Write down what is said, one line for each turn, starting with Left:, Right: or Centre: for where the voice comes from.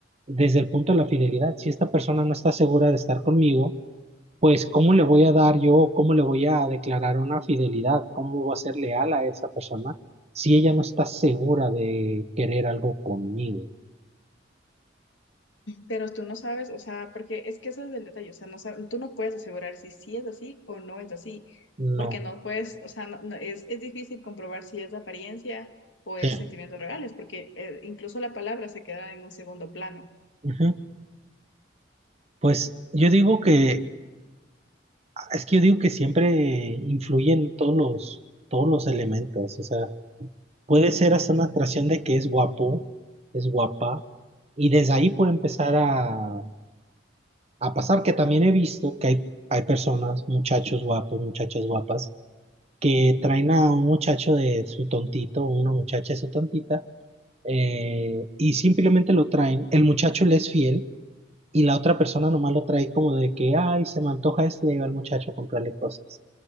Right: desde el punto de la fidelidad. Si esta persona no está segura de estar conmigo, pues ¿cómo le voy a dar yo, cómo le voy a declarar una fidelidad? ¿Cómo voy a ser leal a esa persona si ella no está segura de querer algo conmigo?
Left: Pero tú no sabes, o sea, porque es que ese es el detalle, o sea, no sab- tú no puedes asegurar si sí es así o no es así,
Right: No,
Left: porque no puedes, o sea, no- no- es, es difícil comprobar si es de apariencia o
Right: sí.
Left: es sentimientos reales, porque eh, incluso la palabra se queda en un segundo plano.
Right: ujú. Pues yo digo que, es que yo digo que siempre influyen todos los, todos los elementos, o sea, puede ser hasta una atracción de que es guapo, es guapa, y desde ahí puede empezar a, a pasar, que también he visto que hay, hay personas, muchachos guapos, muchachas guapas, que traen a un muchacho de su tontito, o una muchacha de su tontita, eh, y simplemente lo traen, el muchacho le es fiel y la otra persona nomás lo trae como de que, ay, se me antoja esto y ahí va el muchacho a comprarle cosas.